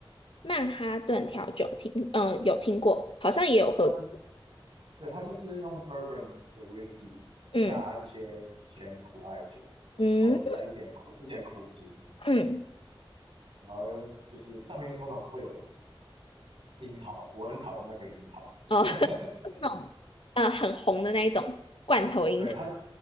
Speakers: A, on the left; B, on the right.
A: 曼哈顿调酒听，嗯、有听过，好像也有喝过。
B: 它就对，它就是用 Bourbon 的 Whisky
A: 嗯
B: 加一些甜苦艾酒，
A: 嗯
B: 然后呢再一点苦一点苦精。
A: 嗯，
B: 然后就是上面通常会有樱桃，我很讨厌那个樱桃。
A: 哦，<laughs> 就是那种呃很红的那一种罐头樱桃。
B: <laughs> 对，它